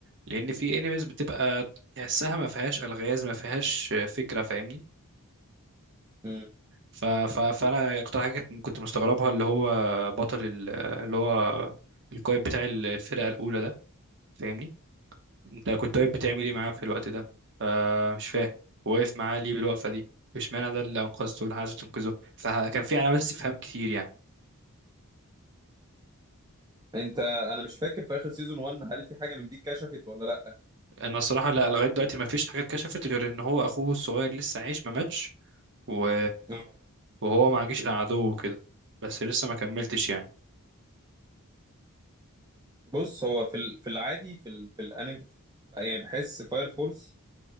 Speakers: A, on the right; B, on the right.
A: لان في انيميز بتبقى تحسها ما فيهاش الغاز ما فيهاش فكره فاهمني
B: أمم.
A: ف... ف... فانا اكتر حاجه كنت كنت مستغربها اللي هو بطل ال- اللي هو القائد بتاع الفرقه الاولى ده فاهمني انت كنت واقف بتعمل ايه معاه في الوقت ده فمش فاهم واقف معاه ليه بالوقفه دي اشمعنى ده اللي انقذته واللي عايز تنقذه فكان في علامات استفهام كتير يعني
B: انت انا مش فاكر في اخر سيزون 1 هل في حاجة من دي اتكشفت ولا لا
A: انا الصراحه لا لغايه دلوقتي ما فيش حاجه اتكشفت غير ان هو اخوه الصغير لسه عايش ما ماتش و...
B: آه.
A: وهو ما عاجش عدو وكده بس لسه ما كملتش يعني
B: بص هو في ال- في العادي في ال في الانمي في ال- يعني بحس فاير فورس